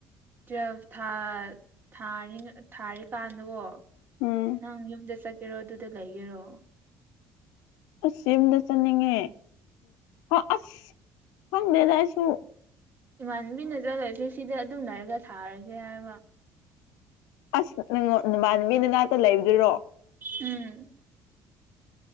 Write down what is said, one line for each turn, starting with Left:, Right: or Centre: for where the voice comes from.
Right: ꯇꯨꯋꯦꯜꯐ ꯊꯥ ꯊꯥꯔꯤ ꯊꯥꯔꯤ ꯀꯥꯟꯗꯨꯣ
Left: ꯎꯝ
Right: ꯅꯪ ꯌꯨꯝꯗ ꯆꯠꯀꯦꯔꯣ ꯑꯗꯨꯗ ꯂꯩꯒꯦꯔꯣ
Left: ꯑꯁ ꯌꯨꯝꯗ ꯆꯠꯅꯤꯡꯉꯦ ꯍ ꯑꯁ ꯈꯪꯗꯦꯗꯥꯏꯁꯨ
Right: ꯏꯃꯥꯟꯅꯕꯤꯅ ꯆꯠꯂꯣꯏꯁꯦ ꯁꯤꯗ ꯑꯗꯨꯝꯅꯔꯒ ꯊꯥꯔꯒꯦ ꯍꯥꯏꯕ
Left: ꯑꯁ ꯅꯪꯉꯣ ꯅꯨꯃꯥꯟ ꯅꯨ ꯃꯤꯅꯅꯥꯛꯇ ꯂꯩꯕꯗꯣꯏꯔꯣ
Right: ꯎꯝ